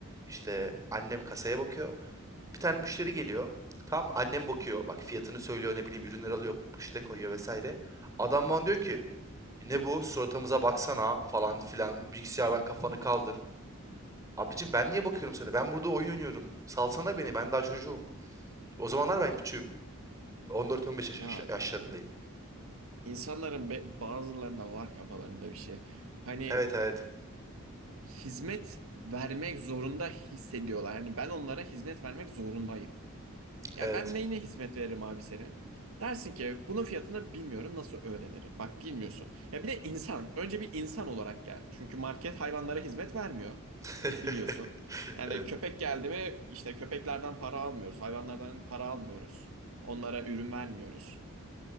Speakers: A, on the right; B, on the right.
A: İşte annem kasaya bakıyor. Bir tane müşteri geliyor. Tamam mı? annem bakıyor. Bak fiyatını söylüyor ne bileyim ürünler alıyor poşete koyuyor vesaire. Adam bana diyor ki ne bu suratımıza baksana falan filan bilgisayardan kafanı kaldır. Abicim ben niye bakıyorum sana? Ben burada oyun oynuyorum. Salsana beni ben daha çocuğum. O zamanlar ben küçüğüm. 14-15 yaş-
B: Ya
A: yaşlarındayım.
B: insanların be- bazılarına var kafalarında bir şey. Hani
A: Evet evet.
B: hizmet vermek zorunda hissediyorlar. Yani ben onlara hizmet vermek zorundayım. Ya
A: Evet.
B: ben neyine hizmet veririm abi senin? Dersin ki bunun fiyatını bilmiyorum nasıl öğrenirim? Bak bilmiyorsun. Ya bir de insan. Önce bir insan olarak gel. Çünkü market hayvanlara hizmet vermiyor.
A: <laughs>
B: Biliyorsun. Yani
A: Evet.
B: köpek geldi mi işte köpeklerden para almıyoruz. Hayvanlardan para almıyoruz. Onlara ürün vermiyoruz.